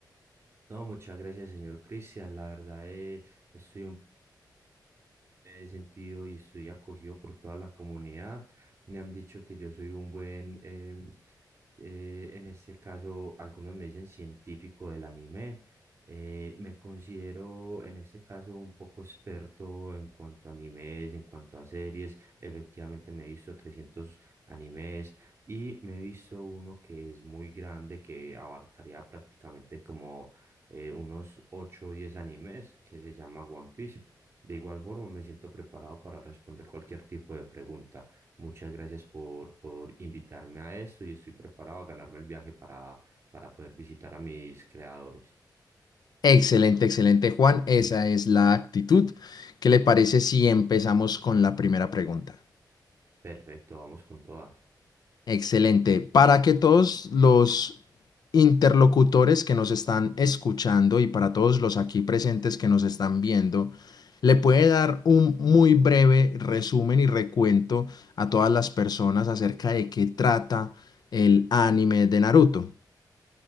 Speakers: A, on the right; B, on the left.
A: No, muchas gracias, señor Cristian. La verdad, eh, estoy un me he sentido y estoy acogido por toda la comunidad. Me han dicho que yo soy un buen, em, eh, en este caso, algunos me dicen científico del anime. Eh, me considero en este caso un poco experto en cuanto a animes, en cuanto a series. Efectivamente, me he visto 300 animes y me he visto uno que es muy grande, que abarcaría prácticamente como eh, unos 8 o 10 animes, que se llama One Piece. De igual forma, me siento preparado para responder cualquier tipo de pregunta. Muchas gracias por, por invitarme a esto y estoy preparado a ganarme el viaje para, para poder visitar a mis creadores.
B: Excelente, excelente, Juan. Esa es la actitud. ¿Qué le parece si empezamos con la primera pregunta?
A: Perfecto, vamos con toda.
B: Excelente. Para que todos los interlocutores que nos están escuchando y para todos los aquí presentes que nos están viendo, le puede dar un muy breve resumen y recuento a todas las personas acerca de qué trata el anime de Naruto.